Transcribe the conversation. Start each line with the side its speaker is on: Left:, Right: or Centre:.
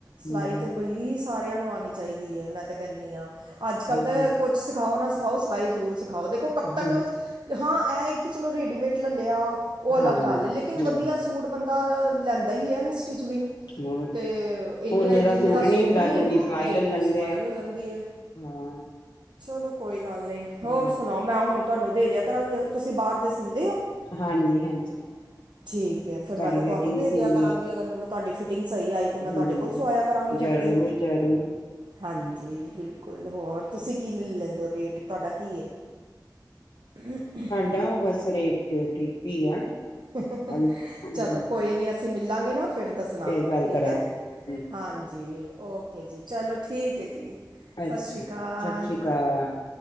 Right: ਸਿਲਾਈ
Left: ਹੂੰ
Right: ਤਾਂ ਬਈ ਸਾਰਿਆਂ ਨੂੰ ਆਣੀ ਚਾਈਦੀ ਏ, ਮੈਂ ਤੇ ਕਹਿੰਣੀ ਆਂ, ਅੱਜ-ਕੱਲ
Left: ਹੋਰ
Right: ਤਾਂ ਕੁਛ ਸਿਖਾਓ ਨਾਂ ਆਉ ਸਿਲਾਈ ਜ਼ਰੂਰ ਸਿਖਾਓ। ਕਬ ਤੱਕ
Left: ਹੂੰ
Right: ਹਾਂ ਇਹ ਕਿ ਚਲੋ ਰੇਡੀਮੇਡ ਲਲੱ ਲਿਆ, ਉਹ ਅਲੱਗ
Left: ਹਾਂ
Right: ਗੱਲ
Left: ਹੂੰ
Right: ਲੇਕਿਨ ਵਧੀਆ ਸੂਟ ਬੰਦਾ ਲੈਂਦਾ ਈ ਐ ਮਿਸਟਰੀ ਚ ਵੀ।
Left: ਹੋਰ
Right: ਤੇ ਇਨਨੀ
Left: ਓਨੇ
Right: ਜਿੰਨੇ ਦਾ
Left: ਨੀ
Right: ਸੂਟ
Left: ਹੁੰਦਾ
Right: ਨੀਂ,
Left: ਜਿੰਨੀ ਸਿਲਾਈ
Right: ਜਿੰਨੇ
Left: ਲੈ ਲੈਂਦੇ
Right: ਦੀ ਸੁਆਈ
Left: ਆ
Right: ਹੋ ਜਾਂਦੀ ਐ।
Left: ਹਾਂ।
Right: ਚਲੋ ਕੋਈ ਗੱਲ ਨਈਂ। ਹੋਰ
Left: ਹੂੰ
Right: ਸੁਣਾਓ ਮੈਂ ਹੁਣ ਤੁਹਾਨੂੰ ਦੇ ਦਿਆ ਕਰਾਂਗੀ ਤੁਸੀਂ ਬਾਹਰ ਦੇ ਸਿੰਦੇ ਔ?
Left: ਹਾਂਜੀ
Right: <inaudible>
Left: ਹਾਂਜੀ
Right: ਠੀਕ ਐ, ਫੇਰ ਮੈਂ
Left: ਸਾਡੀ
Right: ਤੇ
Left: ਬੇਟੀ
Right: ਤੁਹਾਨੂੰ
Left: ਵੀ
Right: ਦੇਦਿਆ
Left: ਸੀਂਦੀ
Right: ਕਰਾਂਗੀ ਅਗਰ ਮੈਨੂੰ ਤਾਡੀ ਫਿਟਿੰਗ ਸਹੀ ਆਈ ਤੇ ਮੈਂ
Left: ਹੂੰ
Right: ਤੁਹਾਡੇ ਕੋਲ ਸੁਆਯਾ ਕਰਾਂਗੀ ਫੇਰ
Left: ਜ਼ਰੂਰ
Right: ਤੇ।
Left: ਜ਼ਰੂਰ
Right: ਹਾਂਜੀ ਬਿਲਕੁਲ। ਹੋਰ, ਤੁਸੀਂ ਕੀ ਲਿਲ ਲੈਂਦੇ ਹੋ ਰੇਟ ਤੁਹਾਡਾ ਕੀ ਏ? <unintelligible>
Left: ਢਾਉ ਵਸ ਰੇਟ ਤੇ ਠੀਕ ਈ ਆ।
Right: <unintelligible>
Left: ਹਾਂਜੀ,
Right: ਚਲੋ ਕੋਈ ਨੀਂ ਅਸੀਂ ਮਿਲਾਂਗੇ ਨਾਂ, ਫੇਰ ਦੱਸਣਾ,
Left: ਗੱਲ
Right: ਠੀਕ
Left: ਕਰਾਂਗੇ,
Right: ਐ। ਹਾਂਜੀ, ਓਕੇ ਜੀ ਚਲੋ ਠੀਕ ਏ ਜੀ।
Left: ਅੱਛਾ
Right: ਸਤ ਸ਼੍ਰੀ ਕਾਲ।
Left: ਸਤਿ ਸ੍ਰੀ ਅਕਾਲ।